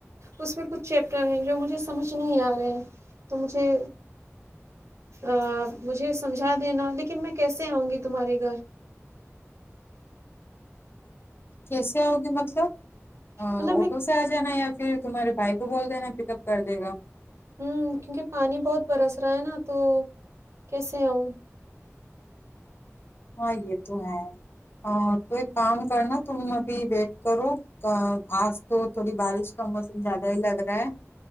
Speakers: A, on the right; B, on the left.
A: اس میں کچھ چیپٹر ہیں جو مجھے سمجھ نہیں آ رہے ہیں تو مجھے ا مجھے سمجھا دینا لیکن میں کیسے آؤں گی تمہارے گھر
B: کیسے آؤ گی مطلب
A: مطلب میں
B: آٹو سے آ جانا یا پھر تمہارےبھائی کو بول دینا پک اپ کر دے گا
A: ہوں کیونکہ پانی بہت برس رہا ہے نا تو کیسے آؤ
B: ہاں یہ تو ہے تو ایک کام کرنا تم ابھی ویٹ کرو آج تو تھوڑی بارش کا موسم زیادہ ہی لگ رہا ہے